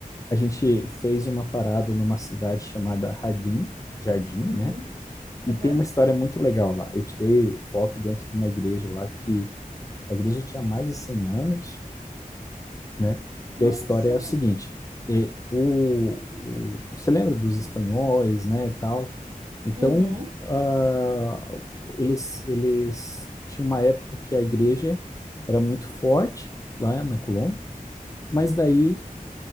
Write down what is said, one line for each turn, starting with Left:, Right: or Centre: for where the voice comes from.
Left: A gente fez uma parada numa cidade chamada Jardim, Jardim,
Right: Uhum,
Left: né? E
Right: aham.
Left: tem uma história muito legal lá. Eu tirei foto dentro de uma igreja lá que a igreja tinha mais de 100 anos, né? E
Right: Olha
Left: a história
Right: só.
Left: é a seguinte: é, o, o- você lembra dos espanhóis, né, tal? Então,
Right: Uhum.
Left: ah, eles, eles tinham uma época que a igreja era muito forte lá na Colômbia, mas daí